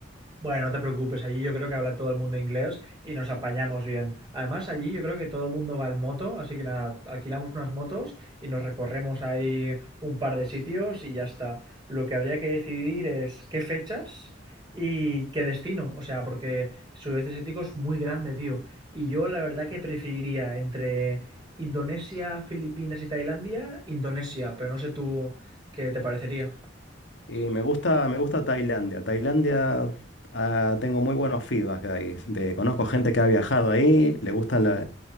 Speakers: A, on the right; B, on the left.
A: Bueno, no te preocupes, allí yo creo que habla todo el mundo inglés y nos apañamos bien. Además, allí yo creo que todo el mundo va en moto, así que nada, alquilamos unas motos y nos recorremos ahí un par de sitios y ya está. Lo que habría que decidir es qué fechas y qué destino, o sea, porque sudeste asiático es muy grande, tío. Y yo la verdad que preferiría entre Indonesia, Filipinas y Tailandia, Indonesia, pero no sé tú qué te parecería.
B: Y me gusta, me gusta Tailandia. Tailandia, ah, tengo muy buenos feedbacks de ahí. De- conozco gente que ha viajado ahí, le gustan